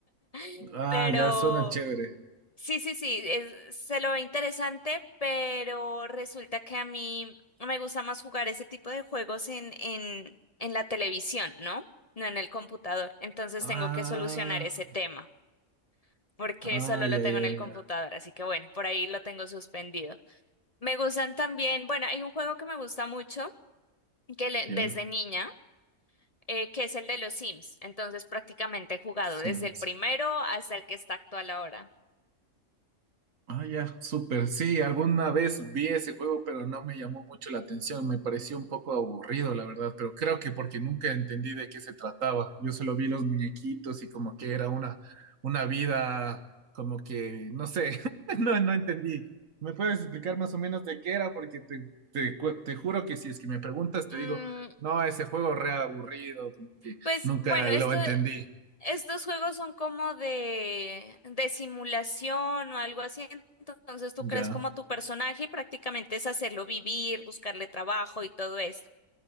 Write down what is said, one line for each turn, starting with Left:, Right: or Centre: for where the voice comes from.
Left: <laughs>
Right: Ah,
Left: Pero
Right: ya suena chévere.
Left: Sí, sí, sí, es- se lo ve interesante, pero resulta que a mí me gusta más jugar ese tipo de juegos en, en, en la televisión, ¿no? No en el computador. Entonces
Right: Ah,
Left: tengo que solucionar ese tema, porque
Right: ah,
Left: solo
Right: ya,
Left: lo tengo
Right: ya,
Left: en el computador,
Right: ya,
Left: así que bueno, por ahí lo tengo suspendido. Me gustan también, bueno, hay un juego que me gusta mucho, que le-
Right: ya.
Left: desde niña, eh, que es el de los Sims. Entonces prácticamente he jugado
Right: Sims.
Left: desde el primero hasta el que está actual ahora.
Right: Ah, ya, súper. Sí, alguna vez vi ese juego, pero no me llamó mucho la atención. Me pareció un poco aburrido, la verdad, pero creo que porque nunca entendí de qué se trataba. Yo solo vi los muñequitos y como que era una, una vida, como que, no sé, <laughs> no, no entendí. ¿Me puedes explicar más o menos de qué era? Porque te, te, cu- te juro que si es que me preguntas, te
Left: Mm,
Right: digo, no, ese juego re aburrido, como que
Left: Pues
Right: nunca
Left: bueno,
Right: lo
Left: esto,
Right: entendí.
Left: estos juegos son como de, de simulación o algo así. Entonces tú
Right: Ya.
Left: creas como tu personaje y prácticamente es hacerlo vivir, buscarle trabajo y todo esto.